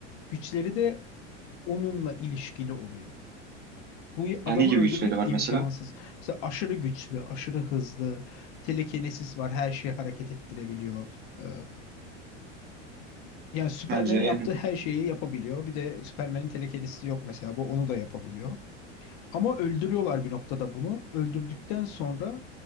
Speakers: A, on the left; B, on the right.
A: güçleri de onunla ilişkili oluyor. Bu adamı
B: Yani ne gibi
A: öldürmek
B: güçleri var
A: imkansız.
B: mesela?
A: Mesela aşırı güçlü, aşırı hızlı, telekinesis var, her şeyi hareket ettirebiliyor. Ee, yani Superman'in
B: Bence en
A: yaptığı her şeyi yapabiliyor. Bir de Superman'in telekinesisi yok mesela, bu onu da yapabiliyor. Ama öldürüyorlar bir noktada bunu. Öldürdükten sonra